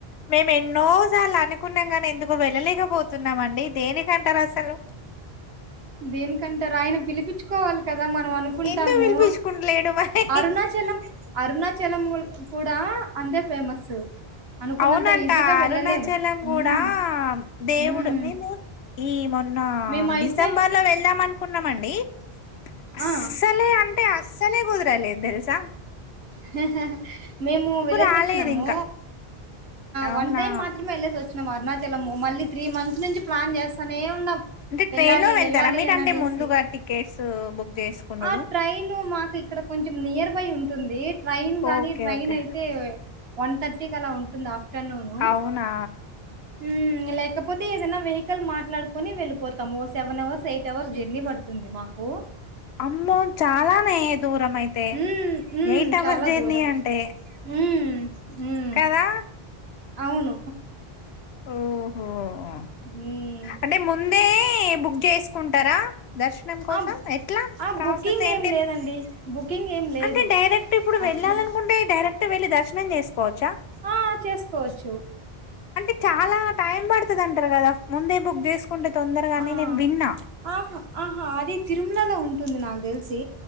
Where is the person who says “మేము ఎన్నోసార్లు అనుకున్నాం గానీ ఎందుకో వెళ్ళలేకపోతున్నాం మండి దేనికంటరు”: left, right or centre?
Left